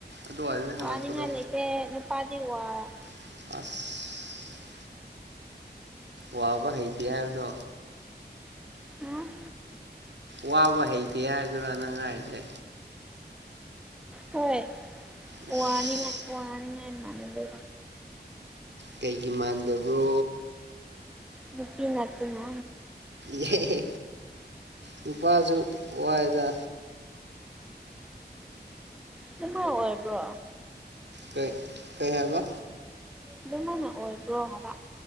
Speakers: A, on the right; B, in the centre.
A: ꯑꯗꯨꯋꯥꯏꯗꯅ ꯍꯜꯂꯛꯄꯗꯣ
B: ꯋꯥ ꯅꯤꯡꯉ ꯂꯩꯀꯦ ꯅꯨꯄꯥꯗꯤ ꯋꯥ ꯋꯥ
A: ꯑꯁ ꯋꯥꯕ ꯍꯩꯇ ꯌꯥꯕꯗꯣ
B: ꯎꯝ
A: ꯋꯥꯕ ꯍꯩꯇꯦ ꯍꯥꯏꯗꯨꯅ ꯅꯪ ꯍꯥꯏꯁꯦ
B: ꯍꯣꯏ
A: ꯏꯁ
B: ꯋꯥꯅꯤꯡꯉꯥꯏ ꯋꯥꯅꯤꯡꯉꯥꯏ ꯃꯥꯡꯗ
A: ꯀꯩꯒꯤ ꯃꯥꯟꯗꯕ꯭ꯔꯣ
B: ꯅꯨꯄꯤ ꯉꯠꯇꯅ
A: ꯌꯥꯏ ꯅꯨꯄꯥꯁꯨ ꯋꯥꯏꯗ
B: ꯀꯩꯅꯣ ꯑꯣꯏꯕ꯭ꯔꯣ
A: ꯀꯩ ꯀꯩ ꯍꯥꯏꯕ
B: ꯑꯗꯨꯃꯥꯏꯅ ꯑꯣꯏꯕ꯭ꯔꯣ ꯍꯥꯏꯕ